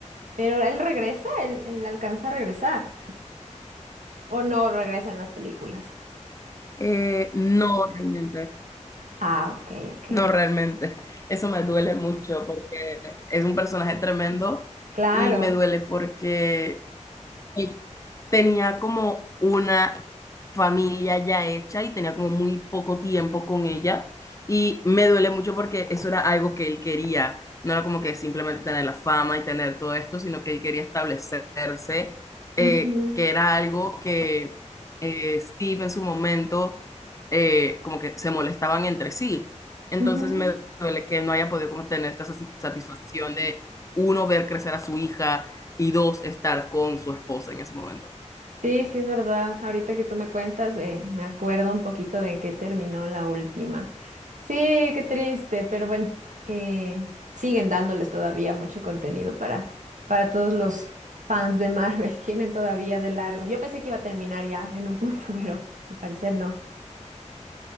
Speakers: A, on the right; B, on the left.
A: Pero él regresa, él, él alcanza a regresar. O no regresa en las películas.
B: Eh, no realmente,
A: Ah, ok, ok.
B: no realmente, eso me duele mucho porque es un personaje tremendo
A: Claro.
B: y me duele porque él tenía como una familia ya hecha y tenía como muy poco tiempo con ella. Y me duele mucho porque eso era algo que él quería. No era como que simplemente tener la fama y tener todo esto, sino que él quería establecerse, eh,
A: Ujú,
B: que era algo que eh, Steve en su momento eh, como que se molestaban entre sí. Entonces
A: ujú.
B: me duele que él no haya podido como tener esta sati- satisfacción de uno ver crecer a su hija y dos, estar con su esposa en ese momento.
A: Sí, sí, es verdad. Ahorita que tú me cuentas, eh, me acuerdo un poquito de en qué terminó la última. Sí, qué triste, pero bueno, eh, siguen dándoles todavía mucho contenido para, para todos los fans de Marvel. <laughs> Tienen todavía de largo. Yo pensé que iba a terminar ya en un punto, <laughs> pero al parecer no.